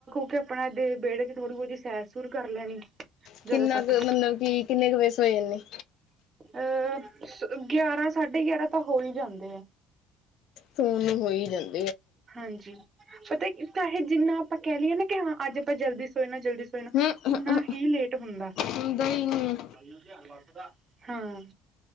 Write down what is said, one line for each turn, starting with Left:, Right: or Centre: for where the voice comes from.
Right: ਫੇਰ ਆਪਣਾ ਦੇ ਵਿਹੜੇ ਥੋੜੀ ਸੈਰ- ਸੁਰ ਕਰ ਲੈਣੀ।
Left: ਕਿੰਨਾ
Right: ਜਰਾ ਤੱਕ
Left: ਕੁ ਮਤਲਬ ਕਿ, ਕਿੰਨੇ ਕ ਵਜੇ ਸੋ ਜਾਨੇ।
Right: ਅਹ, ਗਿਆਰਾਂ ਸਾਢੇ ਗਿਆਰਾਂ ਤਾਂ ਹੋ ਹੀ ਜਾਂਦੇ।
Left: ਸੂਨ ਹੋਈ ਜਾਣ
Right: ਹਾਂਜੀ, ਪਤਾ, ਚਾਹੇ ਜਿੰਨਾ ਆਪਾਂ ਕਹਿ ਲਈਏ ਨਾ ਕਿ ਹਾਂ ਅੱਜ ਆਪਾਂ ਜਲਦੀ ਸੋ ਸੋਏ ਨਾ ਜਲਦੀ ਸੋਣਾ,
Left: ਹਮ
Right: ਓਨਾ ਹੀ ਲੇਟ ਹੁੰਦਾ।
Left: ਹੁੰਦਾ ਨੀ।
Right: ਪਾਈ ਦਾ ਹਰਬੰਸ ਦਾ, ਹਾਂ।